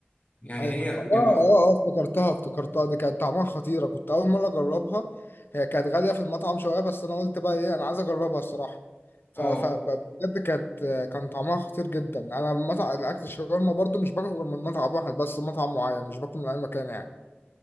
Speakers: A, on the left (about 40°); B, on the left (about 60°).
A: يعني
B: ايوه
A: هي
B: اه اه
A: بيبقى
B: اه افتكرتها افتكرتها دي كانت طعمها خطيرة كنت أول مرة أجربها هي كانت غالية في المطعم شوية بس أنا قلت بقى إيه أنا عايز أجربها الصراحة ف
A: اه
B: ف- بجد كانت كان طعمها خطير جدا أنا مطعم الأكل الشاورما برضو مش باكل غير من مطعم واحد بس مطعم معين مش باكل من أي مكان يعني